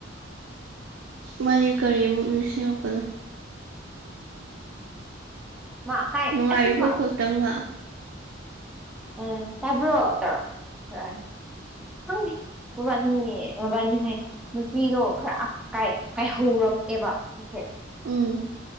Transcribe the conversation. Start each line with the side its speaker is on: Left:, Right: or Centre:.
Right: ꯃꯥꯗꯤ ꯀꯔꯤꯃꯨꯛ ꯅꯤꯡꯁꯤꯡꯉꯛꯄꯅꯣ
Centre: ꯃꯥ ꯑꯀꯥꯏ
Right: ꯅꯨꯡꯉꯥꯏꯔꯤꯕꯣ
Centre: ꯑꯁꯦꯡꯕ
Right: ꯈꯛꯇꯪꯂ
Centre: ꯑꯝ ꯇꯥꯕ꯭ꯔꯣ ꯇꯧꯔ ꯇꯧꯔꯛꯑꯅꯤ ꯈꯪꯗꯦ ꯃꯕꯥꯅꯤꯅꯦ ꯃꯕꯥꯅꯤꯍꯩ ꯅꯨꯄꯤꯗꯣ ꯈꯔ ꯀꯥꯏ ꯀꯥꯏꯍꯧꯔꯛꯑꯦꯕ ꯍꯦꯛ ꯍꯦꯛ
Right: ꯎꯝ